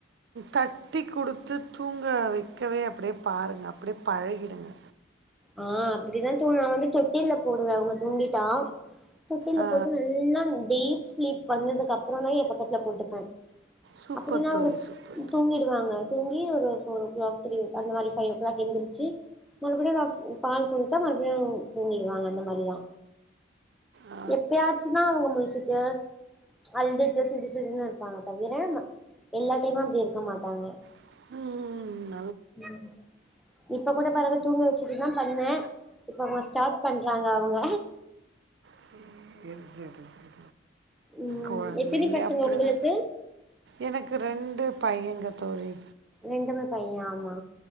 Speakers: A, on the right; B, in the centre.
A: தட்டி குடுத்து தூங்க வைக்கவே அப்டியே பாருங்க அப்டியே பழகிடுங்க
B: ஆஹ் அப்டிதா தூ நா வந்து தொட்டில்ல போடுவே அவங்க தூங்கிட்டா தொட்டில
A: ஆ
B: போட்டு நல்லா டீப் ஸ்லீப் வந்ததுக்கு அப்றோ தா எ பக்கத்துல போட்டுப்பே
A: சூப்பர்
B: அப்டின்னா
A: தோழி,
B: அவங்க
A: சூப்பர்.
B: தூங்கிடுவாங்க தூங்கி ஒரு ஃபோரோ கிளாக் தீரி அந்த மாரி ஃபை ஓ கிளாக் எந்திரச்சு மறுபடி நா பால் குடுத்தா மறுபடியு தூங்கிடுவாங்க அந்த மாரிதா
A: ஆ,
B: எப்பாச்சுதா அவங்க முழிச்சுட்டு அழுதுட்டு சிடு சிடுனு இருப்பாங்க தவிர எல்லா டைமு அப்டி இருக்க மாட்டாங்க
A: ம் ம் ம்
B: ம் இப்ப கூட பாருங்க தூங்க வச்சுட்டுதா பண்ணே இப்ப அவங்க ஸ்டார்ட் பண்றாங்க அவங்க
A: சரி சரி சரி
B: ம்
A: கொழந்தங்க
B: எத்தினி பசங்க
A: அப்படிதா
B: உங்களுக்கு
A: எனக்கு ரெண்டு பையங்க தோழி
B: ரெண்டுமே பைய ஆமா